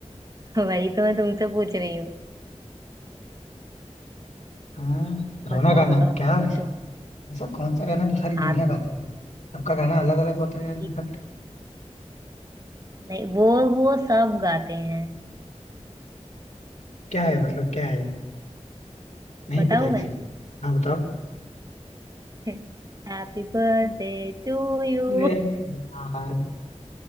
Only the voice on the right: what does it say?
वही तो मैं तुमसे पूछ रही हूँ
बताओ
बताओ
सोचो
हाथ
भाई
नहीं वो वो सब गाते हैं
बताऊँ
मैं
<laughs> Happy birthday to you